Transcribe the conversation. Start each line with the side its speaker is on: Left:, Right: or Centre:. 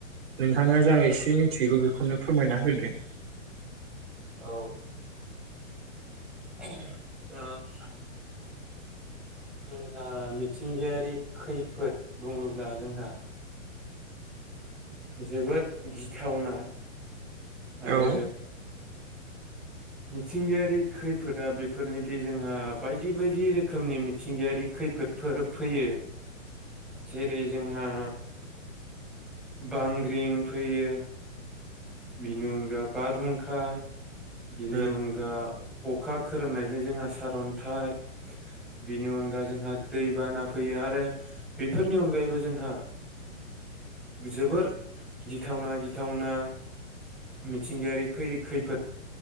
Right: नोंथाङा जा एसे मिथिगौ बेखौनो फोरमायना होदो।
Centre: औ। <unintelligible> जोंहा मिथिंगायारि खैफोद बुङोब्ला जोंहा। जोबोर गिथावना। आरो।
Right: औ
Centre: मिथिंगायारि खैफोदा बेफोरनिदि जोंहा बायदि बायदि रोखोमनि मिथिंगायारि खैफोदफोर फैयो जेरै जोंहा बांग्रिं फैयो। बेनिनो अनगा बारहुंखा। बिनि
Right: औ
Centre: अनगा। अखा खोरोमनायजों जोंहा सार अन्थाइ। बेनि अनगा जोंहा। दै बाना फैयो आरो बेफोरनि अनगायैबो जोंहा जोबोर गिथावना गिथावना। मिथिंगायारि फै खैफोद